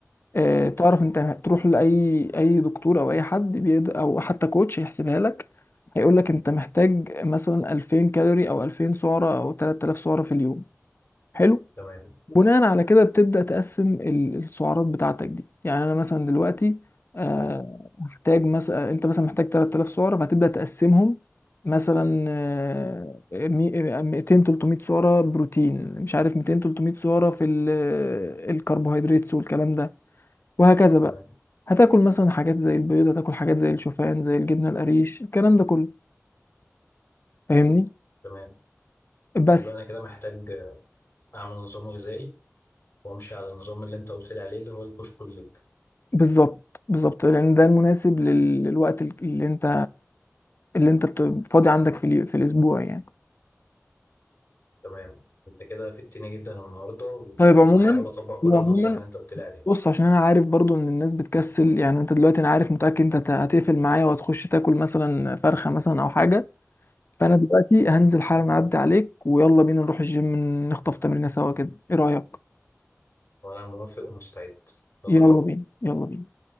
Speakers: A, on the left; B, on the left.
A: آه، تعرف انت تروح لاي اي دكتور او اي حد بيد او حتى كوتش هيحسبها لك هيقول لك انت محتاج مثلا 2000 كالوري او 2000 سعره او 3000 سعره في اليوم حلو
B: تمام
A: بناء على كده بتبدأ تقسم ال- السعرات بتاعتك دي يعني انا مثلا دلوقتي آه، محتاج مثلا انت مثلا محتاج 3000 سعرة فهتبدأ تقسمهم مثلا آه، مي- 200 300 سعرة بروتين مش عارف 200 300 سعرة في ال- الكربوهيدرات والكلام ده وهكذا بقى
B: تمام
A: هتاكل مثلا حاجات زي البيض هتاكل حاجات زي الشوفان زي الجبنة القريش الكلام ده كله فاهمني
B: تمام
A: بس
B: يبقى انا كده محتاج آه، اعمل نظام غذائي وامشي على النظام اللي انت قلت لي عليه اللي هو البوش بول ليج
A: بالظبط بالظبط لان ده المناسب لل- للوقت اللي انت اللي انت بت- فاضي عندك في اليو- في الاسبوع يعني
B: تمام انت كده فدتني جدا النهارده و-
A: طيب عموما
B: وهحاول اطبق
A: وعموما
B: كل النصائح اللي انت قلت لي عليها
A: بص عشان انا عارف برضو ان الناس بتكسل يعني انت دلوقتي انا عارف متاكد انت هت- هتقفل معايا وهتخش تاكل مثلا فرخه مثلا او حاجه فانا دلوقتي هنزل حالا اعدي عليك ويلا بينا نروح الجيم نخطف تمرينه سوا كده ايه رايك
B: وانا موافق ومستعد يلا
A: يلا
B: بينا
A: بينا يلا بينا